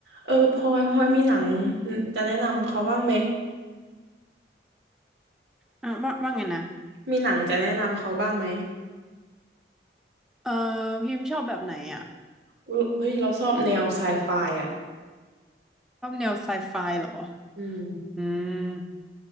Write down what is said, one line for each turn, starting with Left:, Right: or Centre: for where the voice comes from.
Right: เออพลอยพลอยมีหนังจะแนะนำเขาบ้างไหม
Centre: อ่ะว่าว่าไงนะ
Right: มีหนังจะแนะนำเขาบ้างไหม
Centre: เออพิมพ์ชอบแบบไหนอ่ะ
Right: อุ๊ยเฮ้ยเราชอบแนวไซไฟอ่ะ
Centre: ชอบแนวไซไฟเหรอ
Right: อืม
Centre: อืม